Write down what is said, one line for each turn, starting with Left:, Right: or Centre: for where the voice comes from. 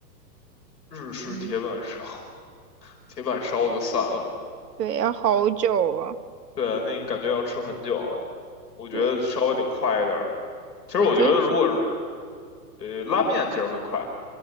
Left: 日式铁板烧，
Right: 嗯，
Left: <laughs> 铁板烧就算了。
Right: 对，要好久啊，
Left: 对，那感觉要吃很久，我觉得稍微得快一点儿了。
Right: 对，
Left: 其实我觉得，
Right: 我觉得。
Left: 如果是呃拉面，其实会快，